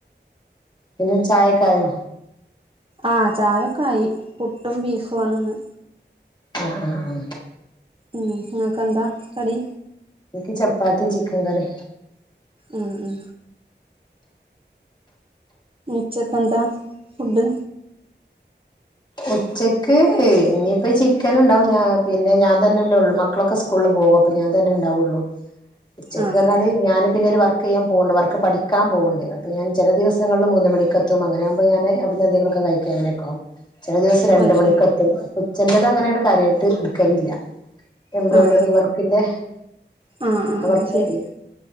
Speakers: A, on the left (about 25°); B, on the right (about 30°).
A: പിന്നെ ചായകായോ
B: ആ ചായൊക്കെ ആയി പുട്ടും ബീഫും ആണിന്ന്
A: ആ ആ ആ
B: ഉം ങ്ങക്കന്താ കടി
A: എനിക്ക് ചപ്പാത്തിയും ചിക്കൻ കറി
B: ഉ ഉ ഉച്ചയ്ക്കന്താ ഫുഡ്
A: ഉച്ചക്ക് ഇനിയിപ്പ ചിക്കൻ ഉണ്ടാവും ഞാ പിന്നെ ഞാൻ തന്നെല്ലേ ഉള്ളു മക്കളൊക്കെ സ്കൂളിൽ പോക അപ്പൊ ഞാൻ തന്നെ ഉണ്ടാവുള്ളു ഉച്ചക്ക്
B: ആഹ്
A: റഞ്ഞാല്
B: ആഹ്
A: ഞാന് പിന്നെ ഒരു വർക് കെയാൻ പോണ്ട് വർക്ക് പഠിക്കാ പോണ്ട് അപ്പ ഞാൻ ചെല ദിവസങ്ങളിൽ മൂന്ന് മണിക്കത്തും അങ്ങനെകുമ്പോ ഞാന് അവിടുന്ന് എന്തെിലൊക്കെ കഴിക്ക അങ്ങനെയക്കൊവും ചെല ദേവസം രണ്ട്
B: അത്
A: മണിക്കെത്തും
B: ശരി
A: ചെലത് അങ്ങനെ കാര്യായിട്ട് ഇട്ക്കലില്ല എംബ്രോയ്ഡറി
B: ആഹ്
A: വർക്കിന്റെ
B: ആഹ് ആഹ് ആഹ്
A: വർക്ക്
B: ശരി